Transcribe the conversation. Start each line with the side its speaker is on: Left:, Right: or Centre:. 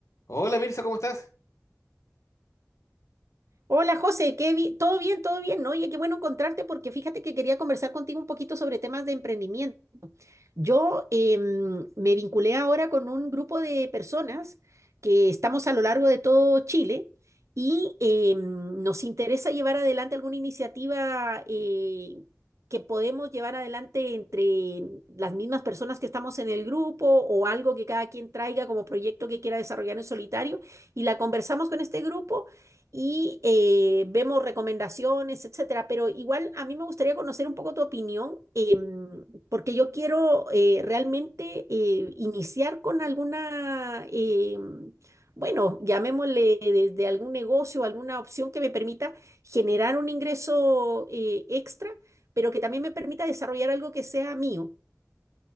Left: Hola Mirza, ¿cómo estás?
Right: Hola José, ¿qué vi- ¿Todo bien? ¿Todo bien? ¿no? Oye, qué bueno encontrarte porque fíjate que quería conversar contigo un poquito sobre temas de emprendimiento. Yo em, me vinculé ahora con un grupo de personas que estamos a lo largo de todo Chile y em, nos interesa llevar adelante alguna iniciativa eh, que podemos llevar adelante entre las mismas personas que estamos en el grupo o algo que cada quien traiga como proyecto que quiera desarrollar en solitario y la conversamos con este grupo. Y eh, vemos recomendaciones, etcétera. Pero igual a mí me gustaría conocer un poco tu opinión. em, porque yo quiero eh, realmente eh, iniciar con alguna, eh, bueno, llamémosle desde algún negocio, alguna opción que me permita generar un ingreso eh, extra, pero que también me permita desarrollar algo que sea mío.